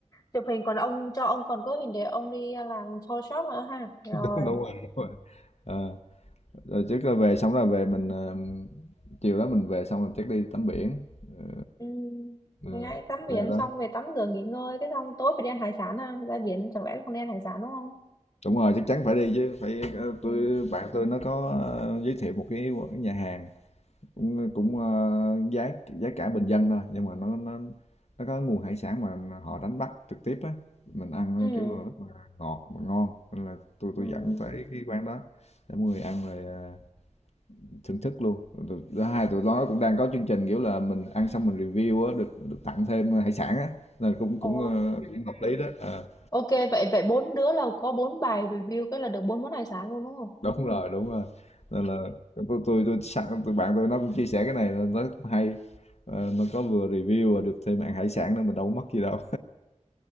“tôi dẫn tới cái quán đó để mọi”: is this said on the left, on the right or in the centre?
Left